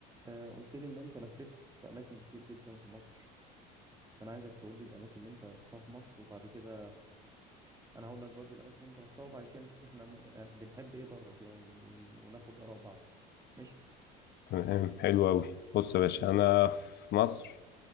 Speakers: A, on the right; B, on the left.
A: آه، قلت لي ان انت لفيت في اماكن كتير جدا في مصر انا عايزك تقول لي الاماكن اللي انت رحتها في مصر وبعد كده انا هقول لك برضو الاماكن اللي انت رحتها وبعد كده نشوف احنا م... يعني بنحب ايه بره كده ون... ون... وناخد اراء بعض ماشي
B: تمام حلو أوي بص يا باشا أنا في مصر